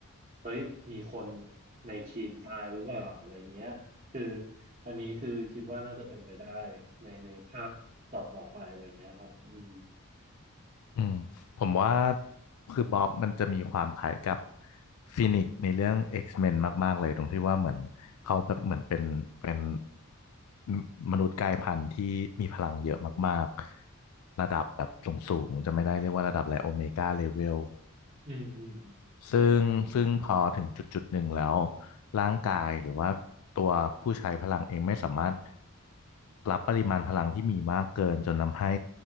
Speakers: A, on the right; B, on the left.
A: เฮ้ยมีคนในทีมตายหรือเปล่าอะไรเงี้ย คืออันนี้คือคิดว่าน่าจะเป็นไปได้ในในภาคต่อต่อไปอะไรเงี้ยครับ อืม
B: อืมผมว่าคือบ๊อบมันจะมีความคล้ายกับฟินิกซ์ในเรื่อง X-Men มนมากๆเลยตรงที่ว่าเหมือนเขาแบบเหมือนเป็นเป็นมมนุษย์กลายพันธุ์ที่มีพลังเยอะมากๆระดับแบบสูงๆจะไม่ได้เรียกว่าระดับอะไรโอเมก้าเลเวล
A: อืม อืม
B: ซึ่งซึ่งพอถึงจุดจุดหนึ่งแล้วร่างกายหรือว่าตัวผู้ใช้พลังเองไม่สามารถรับปริมาณพลังที่มีมากเกินจนทำให้